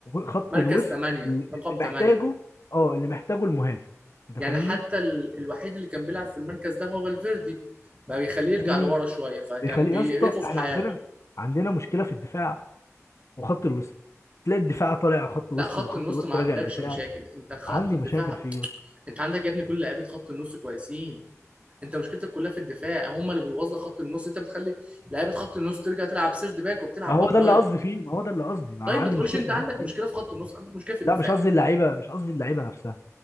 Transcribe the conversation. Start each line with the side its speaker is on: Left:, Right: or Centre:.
Left: خط
Right: مركز
Left: الوسط
Right: 8
Left: اللي
Right: رقم 8
Left: محتاجه اه اللي محتاجه المهاجم انت
Right: يعني
Left: فاهمني؟
Right: حتى ال... الوحيد اللي كان بيلعب في المركز ده هو فالفيردي بقى بيخليه يرجع
Left: مم.
Right: لورا شويه فكان
Left: بيخليه
Right: بيقرفه
Left: يا اسطى
Right: في
Left: احنا
Right: حياته
Left: عندنا عندنا مشكله في الدفاع وخط الوسط تلاقي الدفاع طالع خط وسط
Right: لا خط
Left: وخط
Right: النص
Left: الوسط
Right: ما عندكش
Left: راجع دفاع
Right: مشاكل انت خط
Left: عندي
Right: الدفاع
Left: مشاكل فيه يا اسطى.
Right: انت عندك يا ابني كل لعيبه خط النص كويسين انت مشكلتك كلها في الدفاع هم اللي بيوظف خط النص انت بتخلي لعيبه خط النص ترجع تلعب سيرد باك وبتلعب
Left: ما هو
Right: باك
Left: ده
Right: رايت
Left: اللي قصدي فيه ما هو ده اللي قصدي ما
Right: طيب
Left: انا عندي
Right: ما تقولش
Left: مشكله
Right: انت
Left: في
Right: عندك
Left: الحته دي
Right: مشكله في خط النص عندك مشكله في الدفاع
Left: لا مش قصدي اللعيبه مش قصدي اللعيبه نفسها